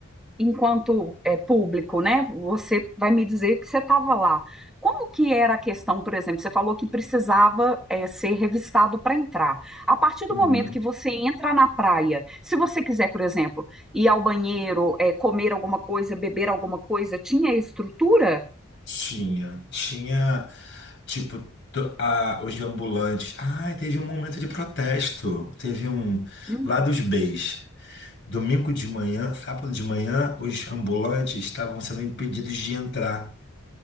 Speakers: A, in the centre; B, on the left.
A: enquanto é, público, né? Você vai me dizer que você estava lá. Como que era a questão, por exemplo? Você falou que precisava é, ser revistado para entrar. A partir
B: Uhum.
A: do momento que você entra na praia, se você quiser, por exemplo, ir ao banheiro, é, comer alguma coisa, beber alguma coisa, tinha estrutura?
B: Tinha. Tinha, tipo, to- a- os ambulantes. Ai, teve um momento de protesto. Teve um.
A: Hum,
B: Lá dos B's. Domingo de manhã, sábado de manhã, os ambulantes estavam sendo impedidos de entrar.